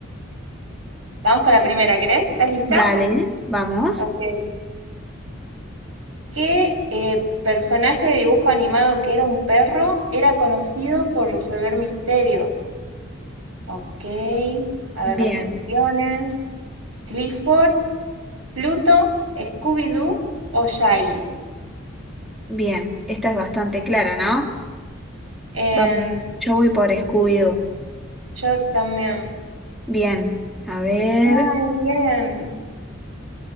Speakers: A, on the right; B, in the centre.
A: vamos con la primera, ¿querés? ¿Estás lista?
B: Dale, vamos.
A: Ok. qué eh, personaje de dibujo animado que era un perro era conocido por resolver misterios? Ok, a ver
B: Bien,
A: las opciones. Clifford, Pluto, Scooby-Doo o Shaggy.
B: bien. Esta es bastante clara, ¿no?
A: En-
B: Vamos. Yo voy por
A: mm,
B: Scooby-Doo.
A: yo también.
B: Bien. A ver.
A: Ay, bien.